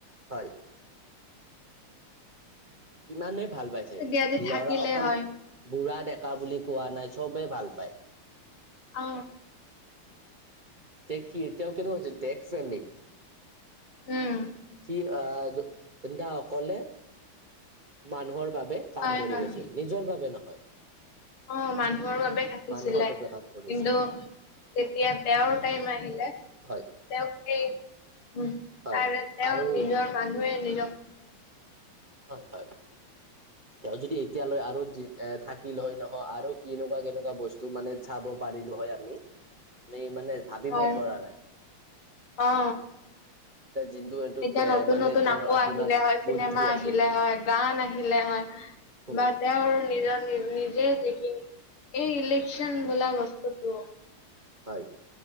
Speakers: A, on the right; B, on the left.
A: হয় কিমানেই ভাল পাইছে
B: তেতিয়া আজি থাকিলে
A: লৰা অকল
B: হয়
A: বুঢ়া দে- কা বুলি কোৱা নাই চবেই ভাল পায়।
B: অ
A: তেওঁ কি তেওঁ কেনে আছিল দেশ প্ৰেমিক।
B: উম
A: আহাসকলে মানুহৰ বাবে কাম
B: হয়
A: কৰি
B: হয়
A: গৈছিল নিজৰ বাবে নহয়।
B: অ মানুহৰ বাবে খাটিছিলে
A: মানুহৰ বাবে কাম কৰিছে
B: কিন্তু তেতিয়া তেওঁৰ টাইম আহিলে
A: হয়
B: তেওঁক এই-
A: হয়
B: তাৰে তেওঁৰ
A: আৰু
B: নিজৰ মানুহে নিজক।
A: হয় হয়। তেওঁ যদি এতিয়ালৈ আৰু এ থাকিল হয় নহয় আৰু কেনেকুৱা কেনেকুৱা বস্তু মানে চাব। উপাধিটো হয় আমি আমি মানে- ভাবিব
B: অ
A: পৰা নাই
B: অ
A: <unintelligible>
B: এতিয়া নতুন
A: মানে
B: নতুন
A: তৰ
B: আকৌ
A: আপোনাৰ
B: আহিলে হয়। চিনেমা
A: বুদ্ধি আছিল
B: আহিলে হয় গান আহিলে হয়।
A: উম
B: বা তেওঁৰ নিজৰ নিজে দেখিন এই ইলেক্যন বোলা বস্তুটো
A: হয়।